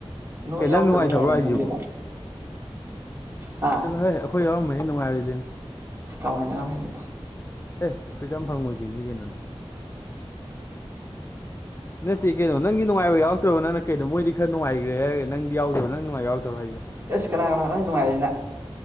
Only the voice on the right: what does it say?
ꯅꯣꯏ
ꯌꯥꯎꯗꯕ
ꯃꯥꯐꯝ
ꯈꯪꯗꯦꯗ ꯍꯥ
ꯁꯤꯀꯥꯎ ꯉꯅꯅ ꯍꯥꯏꯁꯦ
ꯑꯁ ꯀꯅꯥ ꯀꯅꯥꯅ ꯅꯨꯡꯉꯥꯏꯔꯁꯤꯅ